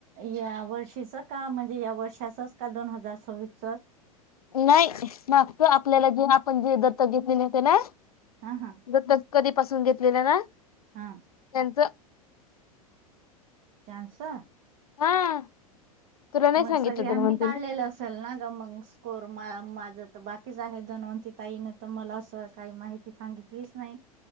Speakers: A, on the right; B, on the left.
A: या वर्षीच का म्हणजे या वर्षाचच का दोन हजार सव्वीसचच.
B: <unintelligible> नाही मागतो आपल्याला जे आपण जे दत्तक घेतलेले होते ना
A: हा हा
B: दतक कधीपसून घेतलेलं ना.
A: हा.
B: त्यांचं.
A: त्यांच.
B: हा तुला नाही
A: मग
B: सांगितलं
A: सगळ्यांनी
B: धन्वंतीने
A: काढलेलं चल ना ग मग स्कोर मा माझं तर बाकीच आहे धनवंती ताईने तर मला अस काही माहिती ती सांगितलीच नाही